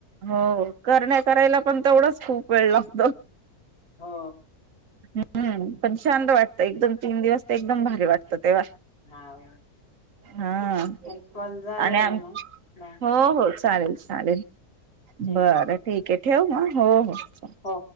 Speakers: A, on the right (about 60°); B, on the left (about 40°).
A: हो करण्या करायला पण तेवढंच खूप वेळ लागतो.
B: हो.
A: हम्म पण छान वाटतं, एकदम तीन दिवस ते एकदम भारी वाटत तेव्हा.
B: हा
A: हा
B: ताई कॉल झालाय
A: आणि आम
B: मग नाही
A: हो हो. चालेल चालेल
B: ठीक
A: बरं
B: आहे चालेल
A: ठीक आहे. ठेऊ म? हो हो चालेल.
B: हो